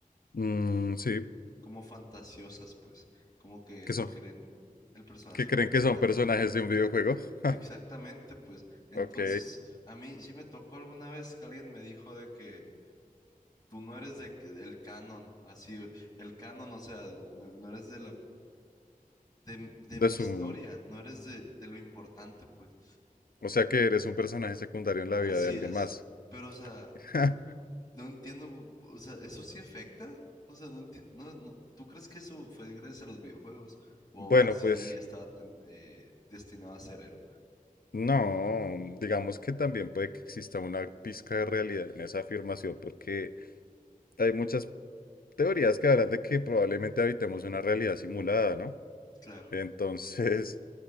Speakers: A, on the left; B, on the left.
A: Mm, sí,
B: como fantasiosas, pues, como que
A: ¿qué
B: se
A: son?
B: creen el personaje
A: ¿Qué creen
B: principal.
A: que son personajes de un videojuego? <laughs> Ja,
B: Exactamente, pues entonces
A: ok.
B: a mí sí me tocó alguna vez que alguien me dijo de que tú no eres de, que- del canon, así, el canon, o sea, no, no eres de la, de, de
A: De
B: mi
A: su...
B: historia, no eres de, de lo importante, pues,
A: O sea que eres un personaje secundario en la
B: así
A: vida de alguien
B: es.
A: más.
B: Pero, o sea,
A: <laughs>
B: no entiendo, o sea, ¿eso sí afecta? O sea, no entiendo, no, no, ¿tú crees que eso fue gracias a los videojuegos? O
A: Bueno,
B: así
A: pues
B: estaba ten- eh, destinado a ser él.
A: no, digamos que también puede que exista una pizca de realidad en esa afirmación, porque hay muchas teorías que hablan de que probablemente habitemos una realidad simulada, ¿no?
B: Claro,
A: Entonces,